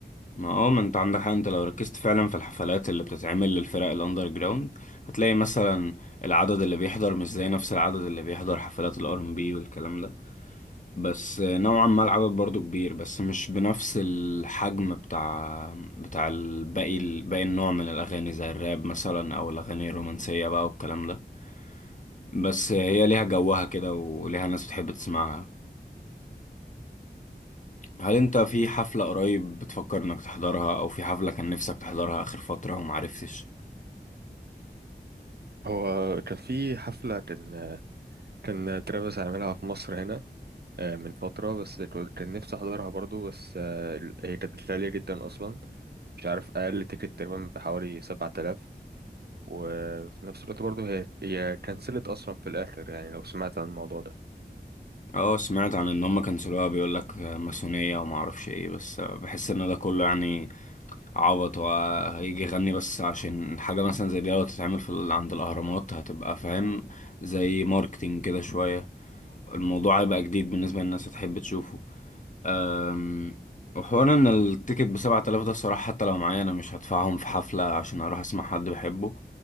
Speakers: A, on the left; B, on the right.
A: ما اه ما انت عندك حق انت لو ركزت فعلا في الحفلات اللي بتتعمل للفرق الاندر جراوند هتلاقي مثلا العدد اللي بيحضر مش زي نفس العدد اللي بيحضر حفلات الار ام بي والكلام ده بس نوعا ما العدد برضو كبير بس مش بنفس الحجم بتاع بتاع الباقي باقي النوع من الاغاني زي الراب مثلا او الاغاني الرومانسية بقى والكلام ده بس هي ليها جوها كده وليها ناس بتحب تسمعها هل انت في حفلة قريب بتفكر انك تحضرها او في حفلة كان نفسك تحضرها اخر فترة ومعرفتش
B: هو كان في حفلة كان كان ترافيس عاملها في مصر هنا آه، من فترة بس كو- كان نفسي أحضرها برضو بس آه، ال- هي كانت غالية جدا أصلا مش عارف أقل تيكت تقريبا بحوالي سبعة آلاف وفي نفس الوقت برضو هي هي كنسلت أصلا في الآخر يعني لو سمعت عن الموضوع ده
A: اه سمعت عن ان هم كنسلوها بيقولك ماسونية ومعرفش ايه بس بحس ان ده كله يعني عبط وهيجي يغني بس عشان حاجة مثلا زي دي لو تتعمل في ال- عند الاهرامات هتبقى فاهم زي ماركتينج كده شوية الموضوع هيبقى جديد بالنسبة للناس هتحب تشوفه أم، وحوار ان التيكت بسبعة آلاف ده الصراحة حتى لو معايا انا مش هدفعهم في حفلة عشان اروح اسمع حد بحبه